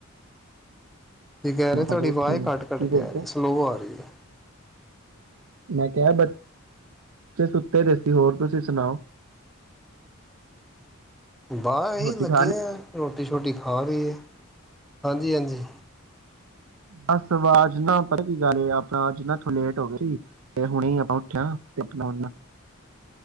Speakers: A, in the centre; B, on the right.
A: ਕੀ ਕਹਿ ਰਹੇ ਤੁਹਾਡੀ
B: ਅਜੇ ਉੱਠੇ
A: ਆਵਾਜ਼
B: ਨਹੀਂ
A: ਘੱਟ ਘੱਟ
B: ਕੀ ਕਰਦੇ
A: ਕਹਿ ਰ ਸਲੋ ਆ ਰਹੀ ਹੈ।
B: ਮੈਂ ਕਿਹਾ ਬੱਚ ਸੁੱਤੇ ਦੇਸੀ ਹੋਰ ਤੁਸੀਂ ਸੁਣਾਓ।
A: ਬਾਹਰ ਹੀ
B: ਰੋਟੀ
A: ਲੱਗੇ
B: ਖਾ ਲਈ
A: ਦੇ ਰੋਟੀ ਸ਼ੋਟੀ ਖਾ ਰਹੀ ਇਹ ਹਾਂਜੀ ਹਾਂਜੀ।
B: ਬਸ ਆਵਾਜ਼ ਨਾ ਪਤਾ ਕੀ ਗੱਲ ਏ ਆਪਣਾ ਅੱਜ ਨਾਥ ਲੇਟ ਹੋ ਗ ਸੀ ਤੇ ਹੁਣੇ ਆਪਾਂ ਉੱਠਿਆ ਤੇਣਾ